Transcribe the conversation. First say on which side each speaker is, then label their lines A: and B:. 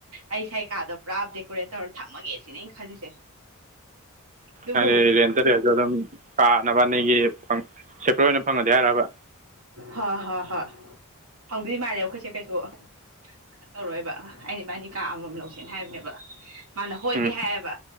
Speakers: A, on the right (about 85°); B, on the right (about 35°).
A: ꯑꯩ ꯁꯥꯏꯀꯥꯗꯣ ꯄꯨꯔꯥ ꯗꯦꯀꯣꯔꯦꯠ ꯇꯧꯔ ꯊꯝꯃꯒꯦ ꯁꯤꯅꯦ ꯈꯜꯂꯤꯁꯦ ꯑꯗꯨꯕꯨ
B: ꯍꯥꯏꯗꯤ ꯔꯦꯟꯇ ꯔꯦꯟꯁꯨ ꯑꯗꯨꯝ ꯀꯥꯅꯕ ꯅꯒꯤ ꯁꯦꯄꯔꯦꯠ ꯑꯣꯏꯅ ꯐꯪꯒꯗꯤ ꯍꯥꯏꯔꯕ
A: ꯍꯣꯏ ꯍꯣꯏ ꯍꯣꯏ ꯍꯪꯗꯣꯏꯗꯤ ꯃꯥꯜꯂꯦ ꯑꯩꯈꯣꯏꯁꯦ ꯀꯩꯁꯨ ꯇꯧꯔꯣꯏꯕ ꯑꯩꯗꯤ ꯏꯕꯥꯅꯤ ꯀꯥ ꯑꯃꯃꯝ ꯂꯧꯁꯦꯅ ꯍꯥꯏꯕꯅꯦꯕ ꯃꯥꯅ ꯍꯣꯏꯗꯤ
B: ꯎꯝ
A: ꯍꯥꯏꯌꯦꯕ